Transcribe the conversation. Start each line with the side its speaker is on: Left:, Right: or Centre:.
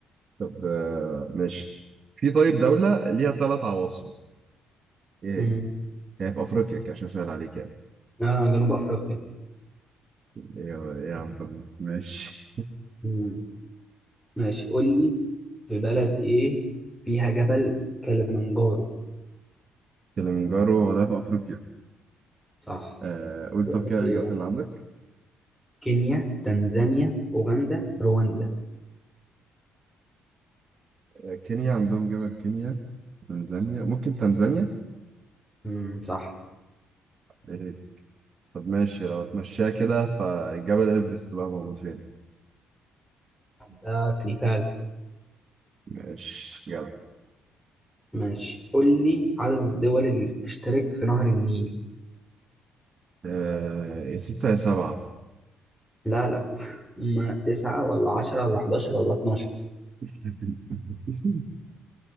Right: طب آه، ماشي في طيب دولة ليها ثلاث عواصم ايه
Centre: مم.
Right: هي؟ هي في افريقيا كده، عشان اسهل عليك يعني
Centre: لا جنوب افريقيا
Right: ايه هو- ايه يا عم طب ماشي
Centre: مم. ماشي قول لي في بلد ايه فيها جبل كليمنجارو
Right: كليمنجارو هو ده في افريقيا
Centre: صح
Right: آه قول
Centre: بلاد
Right: طب كده الاجابات
Centre: إيه يعني؟
Right: اللي عندك
Centre: كينيا تنزانيا أوغندا رواندا
Right: آه كينيا عندهم جبل كينيا تنزانيا ممكن تنزانيا
Centre: امم صح
Right: إيه. طب ماشي لو اتمشيها كده فالجبل ايفرست بقى موجود فين
Centre: ده في نيبال
Right: ماشي جدع
Centre: ماشي قول لي عدد الدول اللي بتشترك في نهر النيل
Right: آه يا ستة يا سبعة
Centre: لا لا <laughs> هما تسعة ولا عشرة ولا حداشر ولا اتناشر
Right: <laughs>